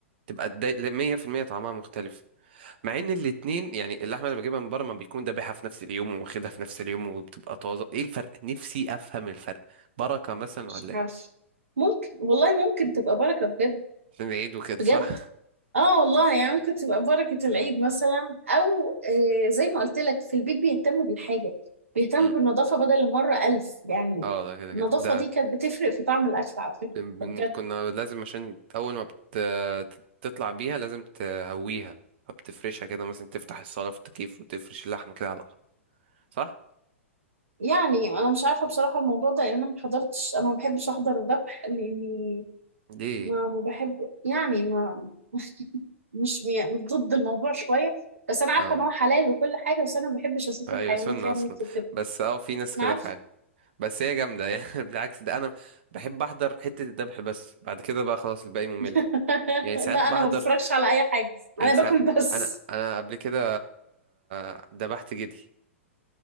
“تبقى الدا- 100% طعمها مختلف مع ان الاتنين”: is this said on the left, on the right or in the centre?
Right